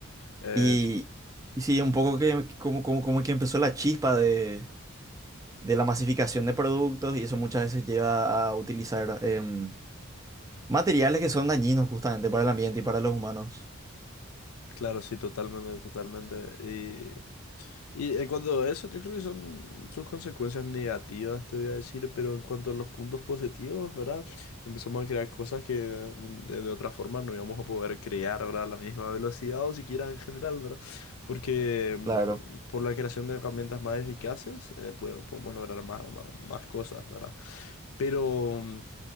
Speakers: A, on the left; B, on the right.
A: Eh,
B: Y, y sí, un poco que, que como, como, como que empezó la chispa de, de la masificación de productos y eso muchas veces lleva a utilizar em, materiales que son dañinos justamente para el ambiente y para los humanos.
A: Claro, sí, totalmente, totalmente. Y, y en cuanto a eso, yo creo que son sus consecuencias negativas, te voy a decir, pero en cuanto a los puntos positivos, ¿verdad? Empezamos a crear cosas que mm, de, de otra forma no íbamos a poder crear, ¿verdad? A la misma velocidad o siquiera en general, ¿verdad? Porque
B: claro
A: mm, por la creación de herramientas más eficaces, eh, po- podemos lograr más, más, más cosas, ¿verdad? Pero... mm,